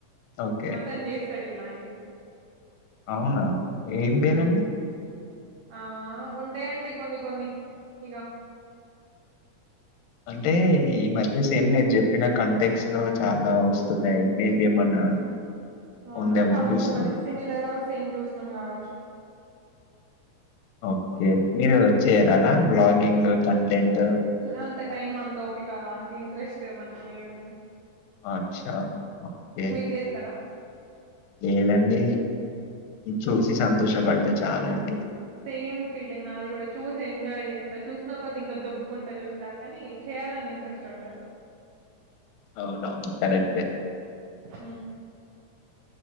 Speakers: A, on the left; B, on the right.
A: ఓకే
B: అతను చేస్తాడి ఇట్లాంటివి
A: అవునా ఏం
B: హ్మ్
A: పేరండి
B: ఆ ఉంటాయండి కొన్ని కొన్ని ఇక
A: అంటే ఈ మధ్య సేమ్ నేను చెప్పిన కాంటెక్స్ట్ లో చాలా వస్తున్నాయి మేబి ఏమన్నా
B: ఆ
A: ఉందేమో
B: కావచ్చు
A: అని చూస్తున్నా.
B: మరి సిమిలర్ ఆర్ సేమ్ చూసినాం కావచ్చు
A: ఓకే మీరు చేరాలా బ్లాగింగ్ కంటెంట్?
B: అంత టైమ్ అంత ఓపిక అంత ఇంట్రెస్ట్ మనకి లేదండి
A: అచ్చా ఓకే
B: మీరు చేస్తారా
A: ఏదండి ఇ చూసి సంతోషపడితే చాలండి
B: సేమ్ ఫీలింగ్ నాది కూడా చూసి ఎంజాయ్ చేస్తా చూసిన కొద్ది ఇంకా దొబ్బుకుంట చూస్తా కనీ చెయ్యాలని ఇంట్రెస్ట్ ఉండదు
A: అవునవును కరెక్టే
B: హ